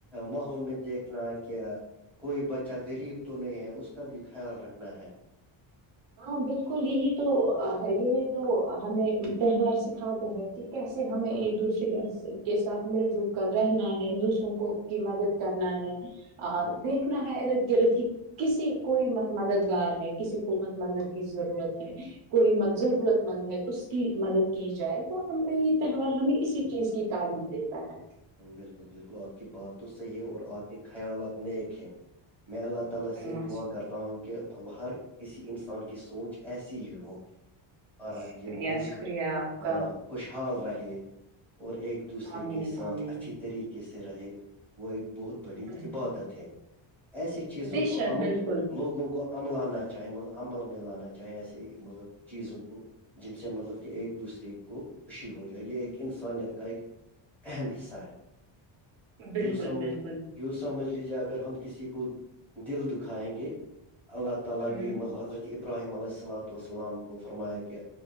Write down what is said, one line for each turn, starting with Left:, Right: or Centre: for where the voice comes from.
Centre: ماحول میں دیکھنا کہ کوئی بچہ غریب تو نہیں ہے اس کا بھی خیال رکھ نہیں ہے <inaudible>
Right: ہاں بالکل یہی تو ہے یہی تو ہمیں تہوار سکھاتے ہے کہ کیسے ہمیں ایک
Centre: ہاں
Right: دوسرے سے کے ساتھ مل جل کر رہنا ہے دوسروں کو کی مدد کرنا ہے
Centre: ہاں
Right: دیکھنا ہے ارد گرد کہ کسی کوئی مت مددگار ہے کسی کو مت مدد کی ضرورت ہے کوئی مت ضرورت مند ہے اس کی مدد کی جائے تو ہمیں یہ
Centre: بالکل
Right: تہوار ہمیں اسی چیز کی تعلیم دیتا ہے
Centre: بالکل بالکل آپ کی بات تو صحیح ہے اور آپ کے خیالات نیک ہے میں اللہ اللہ
Right: ہے
Centre: سے
Right: ماش
Centre: دعا کرتا ہوں کہ ہر کسی انسان کی سوچ ایسی ہی ہو آ
Right: شکریہ
Centre: یہ ملک
Right: شکریہ آپ کا
Centre: ہاں خوشحال رہے اور ایک دوسرے
Right: آمین
Centre: کے ساتھ
Right: آمین
Centre: اچھی طریقے سے رہے وہ ایک بہت بڑی
Right: بالکل
Centre: عبادت ہے ایسی چیزوں
Right: بے
Centre: کو
Right: شک
Centre: ہم
Right: بالکل
Centre: لوگوں کو عملانا چاہے مطلب عمل میں لانا چاہے ایسے مطلب چیزوں کو جن سے مطلب کہ ایک دوسرے کو خوشی ہو جائے یہ ایک انسانیت کا ایک اہم حصہ
Right: بالکل
Centre: یوں سمجھ
Right: بالکل
Centre: یوں سمجھ لیجیے اگر ہم کسی کو دل دوکھایگے اللہ اللہعالی
Right: ہوں
Centre: مطلب حضرت ابراہیم علیہ السلاتۃ وسلام کو فرمایہ کہ